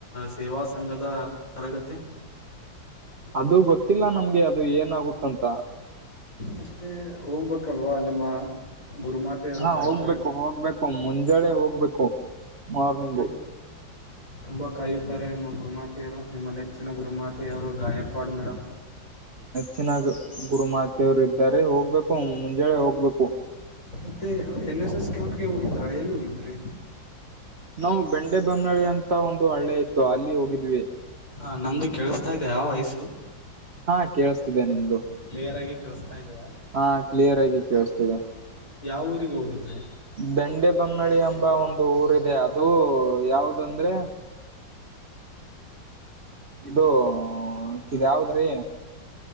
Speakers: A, on the left; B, on the right.
A: ಸೇವಾ ಸಂಘದ ಪ್ರಗತಿ. <inaudible>
B: ಅದು ಗೊತ್ತಿಲ್ಲ ನಮ್ಗೆ ಅದು ಏನಾಗುತ್ತೆ ಅಂತ.
A: ಮತ್ತೆ ಹೋಗ್ಬೇಕಲ್ವಾ ನಿಮ್ಮ. ಗುರುಮಾತೆಯರು
B: ಹಾ
A: ಕಾಯ್ತಾರೆ
B: ಹೋಗ್ಬೇಕು ಹೋಗ್ಬೇಕು ಮುಂಜಾಳೆ ಹೋಗ್ಬೇಕು ಮಾರ್ನಿಂಗು
A: ಮತ್ತೆ ತುಂಬಾ ಕಾಯುತ್ತಾರೆ ನಿಮ್ಮ ಗುರುಮಾತೆಯರು ನಿಮ್ಮ ನೆಚ್ಚಿನ ಗುರುಮಾತೆಯವರು ಗಾಯಕ್ವಾಡ್ ಮೇಡಮ್
B: ಚೆನ್ನಾಗ ಗುರುಮಾತೆಯವರು ಇದ್ದಾರೆ ಹೋಗ್ಬೇಕು ಮುಂಜಳೆ ಹೋಗ್ಬೇಕು
A: ಮತ್ತೆ ಎನ್ ಎಸ್ ಎಸ್ ಕ್ಯಾಂಪ್ಗೆ ಹೋಗಿದ್ರಾ ಎಲ್ಲಿ ಹೋಗಿದ್ರಿ
B: ನಾವು ಬೆಂಡೆ ಬೊಮ್ಮ್ನಳಿ ಅಂತ ಒಂದು ಹಳ್ಳೆ ಇತ್ತು ಅಲ್ಲಿ ಹೋಗಿದ್ವಿ
A: ಹಾ ನಂದು ಕೇಳಿಸ್ತಾ ಇದೆ ಆ ವಾಯ್ಸು
B: ಹಾ ಕೇಳಿಸ್ತಿದ್ದೆ ನಿಮ್ದು
A: ಕ್ಲಿಯರ್ ಆಗಿ ಕೇಳಿಸ್ತಾ ಇದೆಯಾ
B: ಹಾ ಕ್ಲಿಯರ್ ಕೆಲ್ಸ್ತಿದೆ
A: ಯಾವ ಊರಿಗೆ ಹೋಗಿದ್ರೆ
B: ದಂಡೆ ಬೊಮ್ಮಳಿ ಎಂಬ ಒಂದು ಊರದೆ ಅದು ಯಾವ್ದ್ ಬಂದ್ರೆ ಇದು ಇಕಿ ಯಾವದ್ರೀ